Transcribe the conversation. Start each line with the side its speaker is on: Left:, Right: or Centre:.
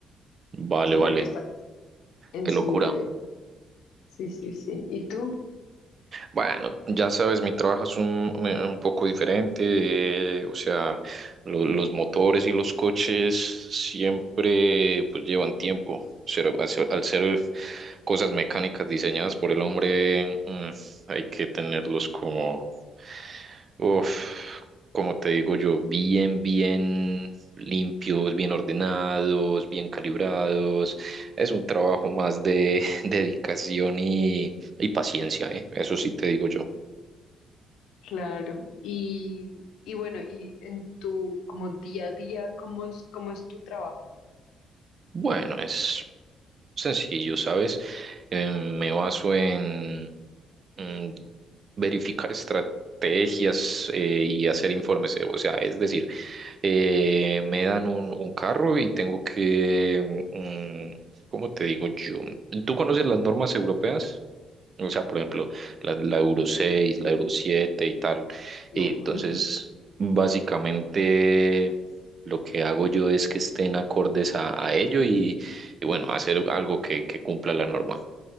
Right: Vale,
Left: siempre
Right: vale,
Left: hay que estar encima
Right: qué locura.
Left: de él. Sí, sí, sí. ¿Y tú?
Right: Bueno, ya sabes, mi trabajo es un, un poco diferente, eh, o sea, lo- los motores y los coches siempre pues llevan tiempo. Ser- al ser al ser cosas mecánicas diseñadas por el hombre, mm, hay que tenerlos como, uf, como te digo yo, bien, bien limpios, bien ordenados, bien calibrados. Es un trabajo más de <laughs> dedicación y paciencia, ¿eh? Eso sí te digo yo.
Left: Claro. Y, y bueno, y en tu como día a día, ¿cómo es, cómo es tu trabajo?
Right: Bueno, es sencillo, ¿sabes? Eh, me baso en mm, verificar estrategias eh, y hacer informes. eh, O sea, es decir, eh, me dan un, un carro y tengo que, mm, ¿cómo te digo yo? ¿Tú conoces las normas europeas? O sea, por ejemplo, la, la Euro 6, la Euro 7 y tal. Y
Left: No.
Right: entonces,
Left: <laughs>
Right: básicamente, lo que hago yo es que estén acordes a, a ello y, y bueno, hacer algo que, que cumpla la norma.